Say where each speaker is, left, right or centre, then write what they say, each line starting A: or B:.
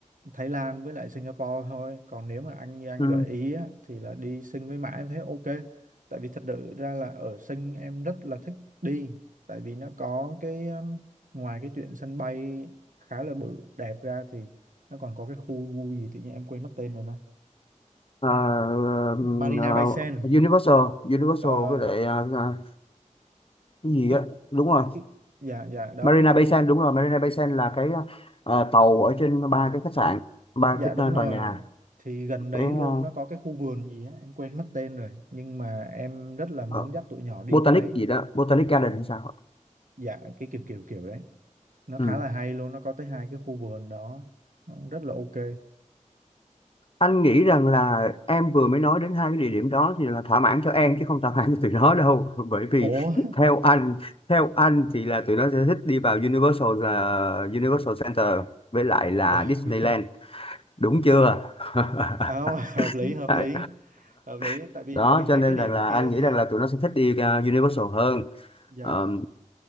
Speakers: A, on the right; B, on the left.
A: Thái Lan với lại Singapore thôi còn nếu mà anh như anh
B: ừ.
A: gợi ý á, thì là đi Sing với Mã em thấy ok tại vì thật sự ra là ở Sing em rất là thích đi tại vì nó có cái um, ngoài cái chuyện sân bay khá là bự đẹp ra thì nó còn có cái khu gì tự nhiên em quên mất tên rồi ta
B: Ờ, ờ,
A: Marina
B: ờ,
A: Bay Sands
B: Universal Universal
A: Ờ,
B: với lại ờ, ờ, cái gì
A: cái
B: á đúng rồi
A: cái dạ dạ đó
B: Marina
A: cái khu
B: Bay
A: mà
B: Sands đúng rồi Marina Bay Sands là cái ờ, tàu ở trên ba cái khách sạn ba
A: dạ
B: cái
A: đúng
B: ờ,
A: rồi
B: tòa nhà
A: thì gần đấy
B: cái
A: luôn
B: ờ,
A: nó có cái khu vườn gì á em quên mất tên rồi nhưng mà em rất là muốn
B: ờ,
A: dắt tụi nhỏ đi
B: Botanic
A: cái đấy
B: gì đó Botanic Garden hay sao ạ?
A: dạ cái kiểu kiểu kiểu đấy nó
B: ừ.
A: khá là hay luôn nó có tới hai cái khu vườn đó Nó rất là ok
B: anh nghĩ rằng là em vừa mới nói đến hai cái địa điểm đó thì là thỏa mãn cho em chứ không thỏa mãn cho tụi nó đâu <laughs> bởi vì
A: ủa
B: theo anh theo anh thì là tụi nó sẽ thích đi vào Universal là Universal Center với lại là
A: <laughs>
B: Disneyland đúng chưa <laughs>
A: à, hợp lý hợp
B: Đấy.
A: lý hợp lý
B: <laughs>
A: tại vì
B: đó
A: tại vì hai
B: cho nên
A: cái điểm
B: rằng là
A: kia
B: anh
A: thì
B: nghĩ rằng là tụi nó sẽ thích đi uh, Universal hơn
A: dạ
B: Ờ,